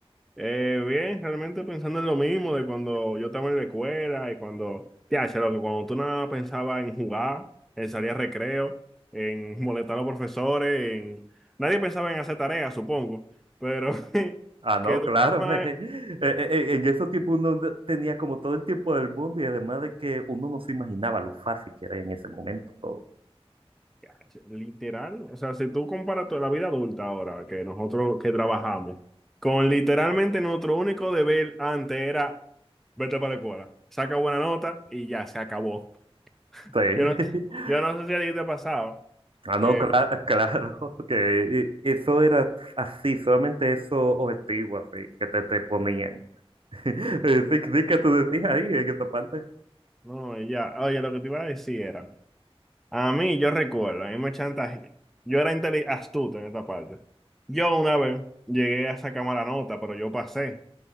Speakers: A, in the centre; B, on the right.
A: Eh, bien, realmente pensando en lo mismo de cuando yo estaba en la escuela y cuando, ya, sé lo que cuando tú nada más pensabas en jugar, en salir a recreo, en molestar a los profesores, en... nadie pensaba en hacer tareas, supongo, pero <laughs>
B: Ah, no,
A: que tú
B: claro.
A: nada más
B: <laughs> eh, eh, eh, En esos tiempos uno no- tenía como todo el tiempo del mundo y además de que uno no se imaginaba lo fácil que era en ese momento todo.
A: Ya, Literal, o sea, si tú comparas toda la vida adulta ahora que nosotros que trabajamos, con literalmente nuestro único deber antes era vete para la escuela, saca buena nota y ya se acabó.
B: Sí.
A: Yo no,
B: <laughs>
A: yo no sé si a ti te ha pasado
B: Ah, no,
A: que,
B: cla- claro, <laughs> que eh, eso era así, solamente esos objetivos así que te, te ponían. <laughs> Eh, Sí, sí que tú decías ahí en esa parte.
A: no, y ya, oye, lo que te iba a decir era, a mí yo recuerdo, a mí me chantaje, yo era inteli- astuto en esta parte. Yo una vez llegué a sacar mala nota, pero yo pasé.